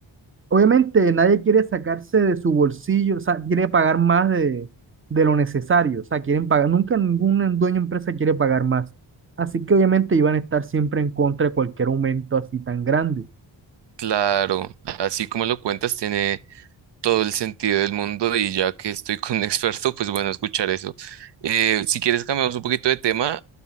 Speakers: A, on the right; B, on the right.
A: obviamente nadie quiere sacarse de su bolsillo, o sea, quiere pagar más de, de lo necesario. O sea, quieren pagar, nunca ningún dueño de empresa quiere pagar más. Así que obviamente iban a estar siempre en contra de cualquier aumento así tan grande.
B: claro, así como lo cuentas, tiene todo el sentido del mundo y ya que estoy con un experto, pues bueno, escuchar eso. Eh, si quieres cambiamos un poquito de tema,